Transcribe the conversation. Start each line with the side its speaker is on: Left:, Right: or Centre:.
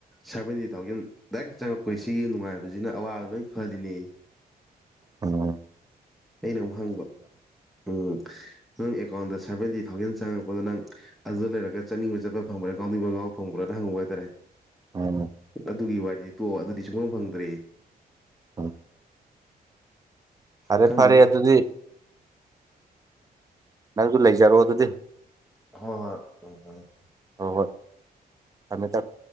Centre: ꯁꯚꯦꯟꯇꯤ ꯊꯥꯎꯖꯟ ꯗꯥꯏ ꯆꯪꯉꯛꯄꯣꯏ ꯁꯤꯒꯤ ꯅꯨꯡꯉꯥꯏꯕꯁꯤꯅ ꯑꯋꯥꯕ ꯂꯣꯏꯅ ꯐꯍꯜꯂꯤꯅꯦ
Right: ꯎꯝ
Centre: ꯑꯩꯅ ꯑꯃꯨꯛ ꯍꯪꯕ
Right: <unintelligible>
Centre: ꯎꯝ ꯅꯪ ꯑꯦꯀꯥꯎꯟꯗ ꯁꯚꯦꯟꯇꯤ ꯊꯥꯎꯖꯟ ꯆꯪꯉꯛꯄꯗ ꯅꯪ ꯑꯗꯨꯗ ꯂꯩꯔꯒ ꯆꯠꯅꯤꯡꯕ ꯆꯠꯄ ꯐꯪꯕ꯭ꯔꯥ ꯀꯥꯎꯅꯤꯡꯕꯒꯥꯎ ꯐꯪꯕ꯭ꯔꯥꯅ ꯍꯪꯉꯨ ꯍꯥꯏꯇꯥꯔꯦ
Right: ꯎꯝ
Centre: ꯑꯗꯨꯒꯤ ꯋꯥꯔꯤꯗꯤ ꯇꯣ ꯑꯗꯨꯗꯤ ꯁꯨꯡꯐꯝꯝ ꯐꯪꯗ꯭ꯔꯦ
Right: ꯎꯝ ꯐꯔꯦ
Centre: ꯈꯪꯗꯦꯗ
Right: ꯐꯔꯦ ꯑꯗꯨꯗꯤ ꯅꯪꯁꯨ ꯂꯩꯖꯔꯛꯑꯣ ꯑꯗꯨꯗꯤ
Centre: ꯍꯣꯏ ꯍꯣꯏ ꯎꯝ ꯍꯝ
Right: ꯍꯣꯏ ꯍꯣꯏ ꯊꯝꯃꯦ ꯊꯝꯃꯦ